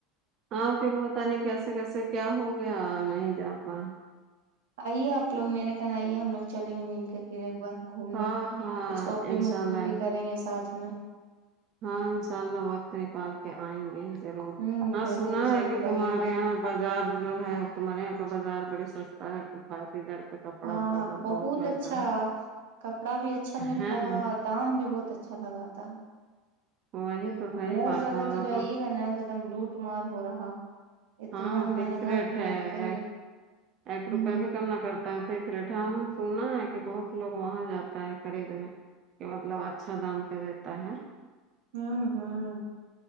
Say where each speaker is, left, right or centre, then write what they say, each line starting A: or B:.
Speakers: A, on the right; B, on the right.
A: ہاں پھر پتا نہیں کیسے کیسے کیا ہو گیا نہیں جا پائے
B: آئیے آپ لوگ میرے کن آئیے ہم لوگ چلیں گے مل کے پھر ایک بار گھومنے
A: ہاں ہاں
B: پھر شاپنگ
A: انشاء
B: وپنگ
A: اللہ
B: بھی کریں گے ساتھ میں
A: ہاں انشاء اللہ وقت نکال کے آئیں گے ضرور
B: ہوں
A: ہاں
B: ضرور
A: سنا
B: ضرور
A: ہے کہ تمہارے
B: آئیے گا
A: یہاں بازار جو ہے تمہارے یہاں کا بازار بڑی سستا ہے کفایتی در پہ کپڑا
B: ہاں
A: وپڑا
B: ہاں
A: سب
B: بہت
A: ملتا
B: اچھا کپڑا بھی اچھا
A: ہے
B: ملتا
A: نا
B: ہے اور دام بھی بہت اچھا لگا
A: وہی تو صحیح
B: اور
A: بات
B: جگہ
A: ہے
B: تو
A: نہ
B: جائیے گا نہ تو ایک دم لوٹ مار ہو رہا اتنا
A: ہاں
B: مہنگا
A: فکس ریٹ
B: قیمت
A: ہے
B: کہیے
A: ایک
B: ہوں
A: روپیہ بھی کم نہ کرتا ہے ریٹھا ہم سنا ہے کہ بہت لوگ وہاں جاتا ہے خریدنے کہ مطلب اچھا دام پہ دیتا ہے
B: ھمم ھمم